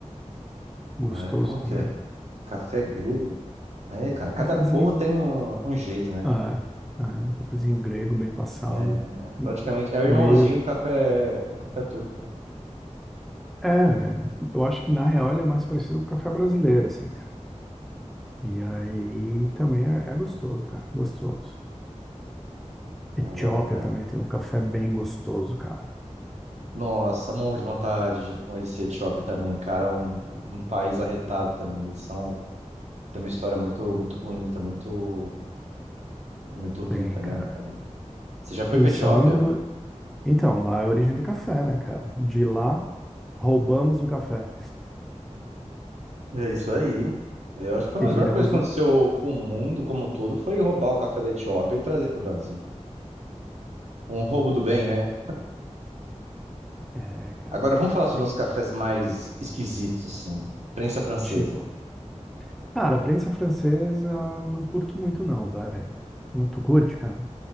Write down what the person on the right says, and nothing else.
Ah, é? Como
que é? Café grego? É, cara, cada
povo tem um, um jeito, né?
É, é,
praticamente é o irmãozinho
do café, do café turco, né?
Da
hora, cara.
Nossa, morro de vontade de conhecer a Etiópia também, cara. É Um, um país arretado também. Eles são Tem uma história muito, muito bonita, muito, muito rica,
né?
Então, você já foi
pra Etiópia?
É isso aí. Eu acho que foi uma
das
melhores coisas que
aconteceu com o mundo como um todo, foi roubar o café da Etiópia e trazer para o Brasil. Um roubo do bem, né?
Agora vamos falar sobre
os cafés mais esquisitos, assim. Prensa francesa.